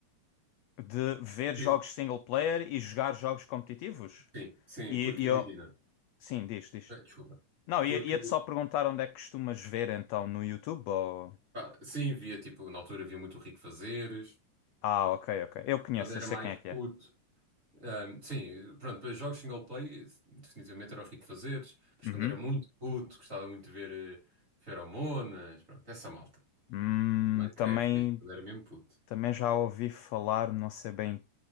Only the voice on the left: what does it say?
de ver
jogos
single player e jogar jogos competitivos.
E,
e
eu. Sim, diz, diz.
Não,
ia- ia-te só perguntar onde é que costumas ver então no YouTube ou.
Ah, ok, ok. Eu conheço,
eu sei
quem é que
é.
Uhum.
Hum,
também,
também já ouvi falar, não sei bem